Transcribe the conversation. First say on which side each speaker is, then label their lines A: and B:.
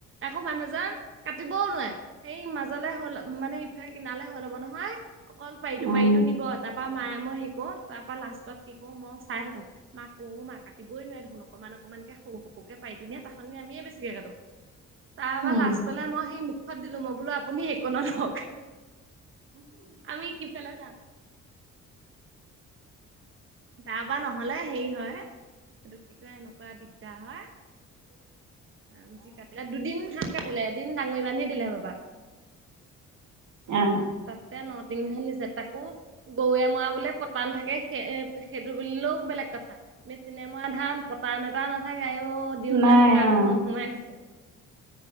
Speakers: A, on the right (about 45°); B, on the right (about 75°).
A: একো মানুহজন কাটিবও নোৱাৰে। সেই মাজলে হ'ল মানে ইফালে কিনালে হৈ লব নহয়। অকল পাৰিতো
B: উম
A: পাৰিতো নিব তাৰাপা মায়ে মই শেকো ত। তাৰপা লাষ্টত কি কো মই চাই থাকো মাক কোও মাক কাটিবই নোৱাৰাৰে দেখোন অকনমান অকনমান কেে সৰু সৰুকে পাই দি। ধুনীয়া ত খ আমিয়ে বেছিকৈ কটো। তাৰপৰা
B: উম
A: লাষ্ট পালে মই সেই মুখত দিলো মই বোলো আপুনি সেইকত হওক। আমি সেইফালে জাম। তাৰ পা নহলে হেৰি হয় এইটো কি কয় এনেকুৱা দিগদাৰ হয়।
B: উ
A: ম যি কাটিলে দুদিন হাত কাটিলে এদিন ডাঙৰি মানহি দিলে মাবাক।
B: আহ
A: তাতে ন। টিং ধিছে তাকো গৰুৱে মৰা বোলে পতান থাকে স সেইটো বুলিলেও বেলেগ কথা। চিনেমা ধান পতা নতাও নাথাকে আৰুও দিওঁ
B: নাই
A: নে মোৰ গা
B: অ
A: খোং সোমাই গৈছে?